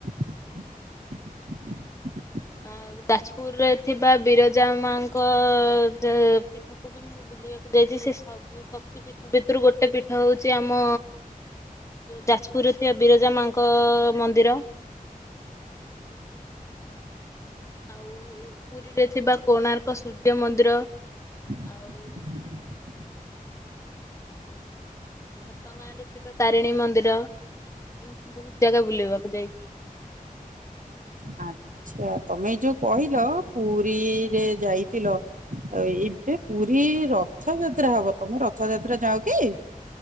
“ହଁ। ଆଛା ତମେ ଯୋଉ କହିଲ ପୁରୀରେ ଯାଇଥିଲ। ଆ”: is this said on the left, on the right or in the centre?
Right